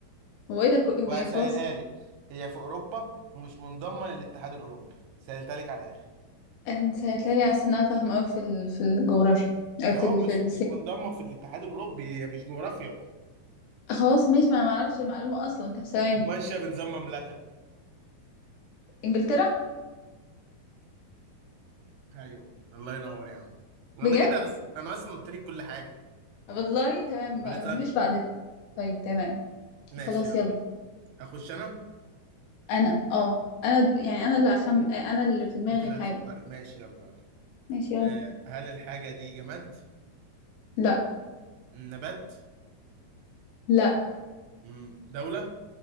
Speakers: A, on the left; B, on the right.
A: هو ايه ده كو- هو
B: وهسهلها
A: إيه خلاص
B: لك هي في اوروبا ومش منضمه للاتحاد الاوروبي سهلتها لك على الاخر
A: انت سألتني على أساس إن أنا فاهمة أوي في ال... في الجغرافيا آه،
B: اهو
A: في ال...
B: مش
A: في السياسة
B: مش منضمه في الاتحاد الاوروبي هي مش جغرافيا
A: خلاص ماشي ما أنا معرفش المعلومة أصلا أنت في ثواني
B: وماشيه بنظام مملكه
A: إنجلترا
B: ايوه الله ينور يا عم انا
A: بجد
B: كده أس... انا اصلا قلت لك كل حاجه
A: والله تمام ما
B: بريطانيا
A: فيش بعد طيب تمام
B: ماشي
A: خلاص
B: يلا
A: يلا
B: اخش انا
A: أنا اه أنا د- يعني أنا اللي أخم آه، أنا اللي في دماغي
B: انت اللي
A: الحاجة
B: هتفكري ماشي يلا يلا
A: ماشي يلا
B: أه هل الحاجه دي جماد
A: لا
B: نبات
A: لا
B: مم، دوله